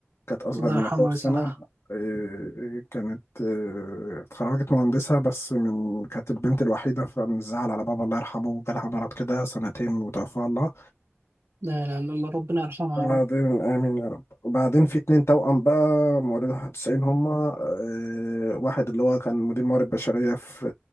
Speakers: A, on the left; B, on the right.
A: كانت اصغر
B: الله
A: من
B: يرحمه
A: اخويا بسنه
B: ويسامحه
A: آه، كانت آه، اتخرجت مهندسه بس من كانت البنت الوحيده فمن الزعل على بابا الله يرحمه جالها مرض كده سنتين وتوفاها الله
B: لا لا لا الله ربنا يرحمها
A: بعدين
B: يا رب
A: آمين يا رب وبعدين في اتنين توأم بقى موارد 91 هما آه، واحد اللي هو كان مدير موارد بشرية في